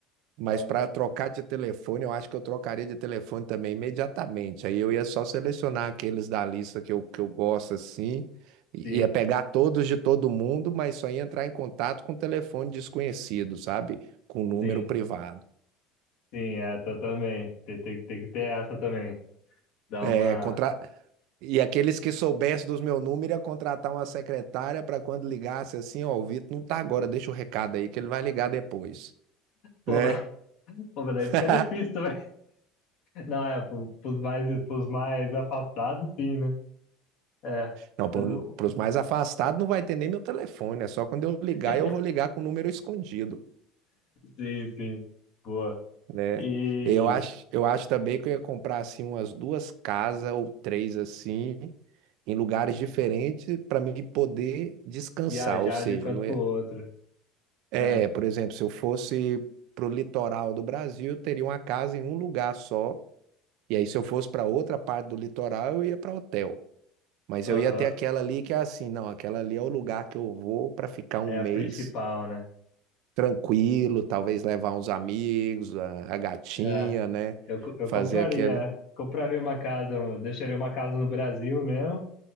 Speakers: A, on the right; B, on the left.
A: Mas
B: Ah,
A: para trocar de telefone, eu acho que eu trocaria de telefone também imediatamente. Aí eu ia só selecionar aqueles da lista que eu, que eu gosto assim, e-
B: Sim,
A: ia pegar todos de todo mundo, mas só ia entrar em contato com telefone desconhecido, sabe? Com número
B: sim,
A: privado.
B: sim, é, tô também. Tem, tem, tem que ter essa também. Dá
A: É,
B: uma.
A: contra... E aqueles que soubessem dos meu número ia contratar uma secretária para quando ligasse assim, ó, o Vitor não tá agora, deixa o recado aí que ele vai ligar depois,
B: Pô,
A: né?
B: <laughs> mas pô, mas daí
A: <laughs>
B: fica difícil também. Não, é, pro- pros mais, pros mais afastados, sim, né? É,
A: Não, para
B: eu-
A: os mais afastados não vai ter nem meu telefone, é só quando eu ligar,
B: <laughs>
A: eu vou ligar com o número escondido,
B: sim, sim, boa.
A: né?
B: E
A: Eu acho, eu acho também que eu ia comprar assim umas duas casas ou três assim, em lugares diferentes para mim poder descansar,
B: viajar
A: ou seja,
B: de um canto
A: não
B: pro
A: ia...
B: outro,
A: É,
B: é,
A: por exemplo, se eu fosse pro litoral do Brasil, eu teria uma casa em um lugar só, e aí se eu fosse para outra parte do litoral, eu ia para hotel. Mas eu
B: aham,
A: ia ter aquela ali que é assim, não, aquela ali é o lugar que eu vou para ficar um
B: é
A: mês
B: a principal, né?
A: tranquilo, talvez levar uns amigos, a, a gatinha,
B: É,
A: né?
B: eu, co- eu
A: Fazer
B: compraria,
A: aquele.
B: é. compraria uma casa, eu deixaria uma casa no Brasil mesmo,